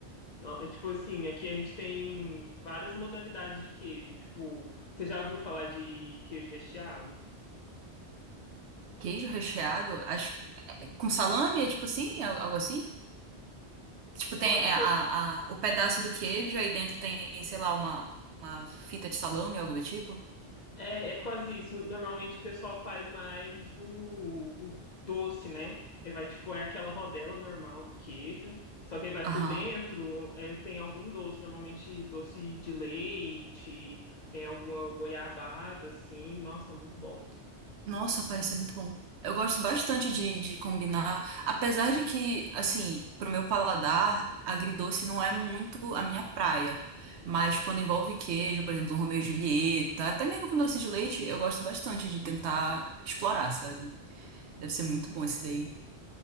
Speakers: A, on the left; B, on the right.
A: No- é, Tipo assim, aqui a gente tem várias modalidades de queijo. Tipo, você já ouviu falar de queijo recheado?
B: Queijo recheado, acho, com salame, é tipo assim, al- algo assim? Tipo, tem
A: Pode
B: é,
A: ser
B: a, a, o pedaço do queijo, aí dentro tem, sei lá, uma, uma fita de salame, algo do tipo?
A: É, é quase isso. Normalmente o pessoal faz mais o, o doce, né? Ele vai, tipo, é aquela rodela normal do queijo, só que aí vai
B: Aham.
A: por dentro, é, tem algum doce, normalmente doce de leite, é, alguma goiabada, assim. Nossa, é muito bom.
B: Nossa, parece ser muito bom. Eu gosto bastante de, de combinar, apesar de que, assim, pro meu paladar, agridoce não é muito a minha praia. Mas quando envolve queijo, por exemplo, um Romeu e Julieta, até mesmo com
A: Uhum.
B: doce de leite, eu gosto bastante de tentar explorar, sabe? Deve ser muito bom esse daí.